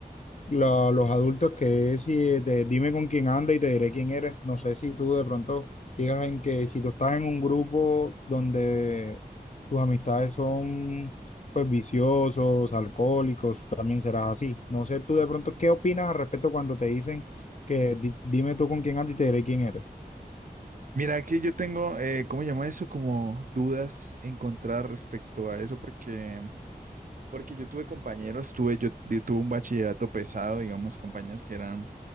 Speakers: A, on the left; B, on the right.
A: la- los adultos que es si de, dime con quién anda y te diré quién eres. No sé si tú de pronto digas en que si tú estás en un grupo donde tus amistades son pues viciosos, alcohólicos, también serás así. No sé tú de pronto qué opinas al respecto cuando te dicen que di- dime tú con quién andas y te diré quién eres.
B: Mira, aquí yo tengo, eh, ¿cómo se llama eso? Como dudas encontrar respecto a eso, porque, porque yo tuve compañeros, tuve, yo, yo tuve un bachillerato pesado, digamos, compañeros que eran,